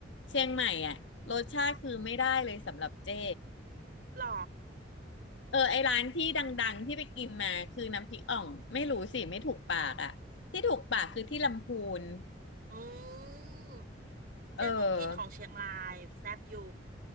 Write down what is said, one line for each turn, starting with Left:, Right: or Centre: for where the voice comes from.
Left: เชียงใหม่อ่ะรสชาติคือไม่ได้เลยสำหรับเจ้
Right: หรอ
Left: เออไอร้านที่ดังๆที่ไปกินมาคือน้ำพริกอ่องไม่รู้สิไม่ถูกปากอ่ะที่ถูกปากคือที่ลำพูน
Right: อืม เจ๊ต้องกินของเชียงรายแซ่บอยู่
Left: เออ